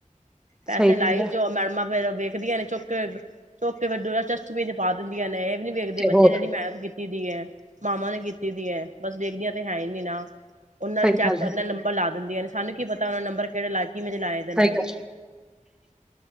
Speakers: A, on the right; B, in the centre.
A: ਪੈਸੇ
B: ਸਹੀ
A: ਲਾਏ
B: ਗੱਲ ਹੈ
A: ਕਿਉ ਜੇ ਮੈਡਮਾ ਫੇਰ ਵੇਖਦੀਆਂ ਨੇ ਚੱਕ ਚੋਕੇ ਵ ਜਸਟਬਿਨ ਚ ਪਾ ਨਾਲੇ ਵੇਖਦੀ ਨੇ ਇਹ ਵੀ ਵੇਖਦੇ
B: ਤੇ
A: ਬੱਚੇ
B: ਹੋਰ
A: ਨੇ ਜਿੜੀ ਮਿਹਨਤ ਕੀਤੀ ਕੀਤੀ ਦੀ ਹੈ ਮਾਵਾ ਨੇ ਕੀਤੀ ਦੀ ਹੈ ਬਸ ਵੇਖਦੀਆਂ ਤੇ ਹੈ ਹੀ ਨੀ ਨਾ ਉਹਨਾਂ
B: ਸਹੀ
A: ਨੂੰ ਚੈੱਕ
B: ਗੱਲ
A: ਕਰਨਾ
B: ਹੈ
A: ਨੰਬਰ ਲਾ ਦਿੰਦੀਆਂ ਨੇ ਸਾਨੂੰ ਕੀ ਪਤਾ ਉਹਨਾ ਨੰਬਰ ਕਿਹੜੇ ਲੱਗਾਏ ਕਿਵੇਂ ਦੇ ਲਾਏ ਦੇ
B: ਸਹੀ
A: ਨੇ ਹੂੰ
B: ਗੱਲ